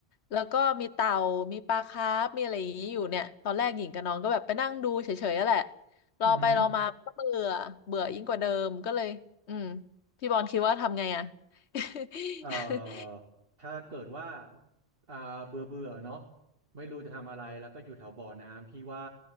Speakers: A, on the left; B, on the right.
A: แล้วก็มีเต่ามีปลาคาร์ฟมีอะไรอย่างนี้อยู่เนี่ยตอนแรกหญิงกับน้องก็แบบไปนั่งดูเฉยๆนั่นแหละรอไปรอมาก็เบื่อเบื่อยิ่งกว่าเดิมก็เลยอืม
B: อือหือ
A: พี่บอลคิดว่าทำไงอะ <laughs>
B: เอ่อถ้าเกิดว่าอ่าเบื่อเบื่อเนาะไม่รู้จะทำอะไรแล้วก็อยู่แถวบ่อน้ำพี่ว่า